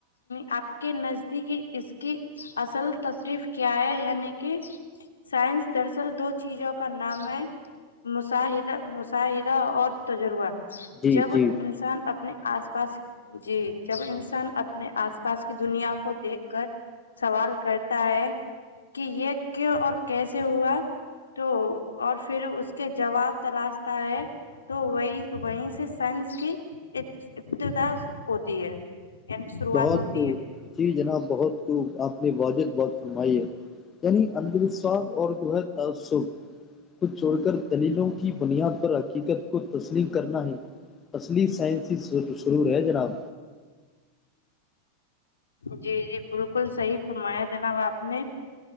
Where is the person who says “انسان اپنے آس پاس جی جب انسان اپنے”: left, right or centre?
Left